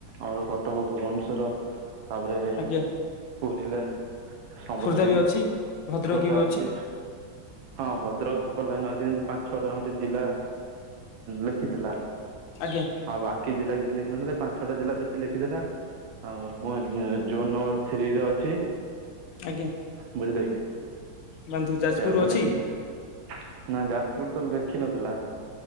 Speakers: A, on the right; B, on the left.
A: ଆମର କଟକ ଭୁବନେଶ୍ଵର ତାପରେ
B: ଆଜ୍ଞା
A: ପୁରିି ରେ ସମ୍ବଲପୁର
B: ଖୋର୍ଦ୍ଧା ବି ଅଛି ଭଦ୍ରକ
A: ଖୋର୍ଦ୍ଧା
B: ବି
A: ଅଛି। ହଁ ଭଦ୍ରକ ସୁପର ଲାଇନ ଅଛି ଯେମିତିପାଞ୍ଚ ଛଅଟା ଖଣ୍ଟେ ଜିଲ୍ଲା ଲେଖିଥିଲା।
B: ଆଜ୍ଞା
A: ହଉ ବା କି ଜିଲା କିଛି ଲେଖିିନଥିଲା ପାଞ୍ଚ ଛଅଟା ବେସି ଲେଖିଦେଲା। ଆଉ କଣ ଜୋନ୍ ନମ୍ବର ଥ୍ରୀରେ ଅଛି।
B: ଆଜ୍ଞା।
A: ବୁଝିଲେ କି।
B: ବନ୍ଧୁ ଯାଜପୁର
A: ସେ ଆଗକୁ
B: ଅଛି
A: ଲେଖିଥିଲା ନା ଯାଜପୁର ତ ଲେଖିନଥିଲା।